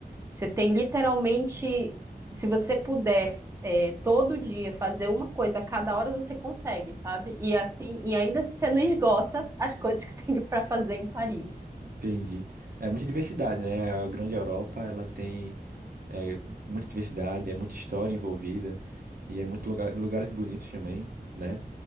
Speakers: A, on the right; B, on the right.
A: Você tem literalmente, se você puder, é, todo dia fazer uma coisa, a cada hora você consegue, sabe? E assim, e ainda assim você não esgota as coisas que <laughs> tem para fazer em Paris.
B: entendi. É muita diversidade, né? A grande Europa, ela tem É muita diversidade, é muita história envolvida e é muito lugar, lugares bonitos também, né?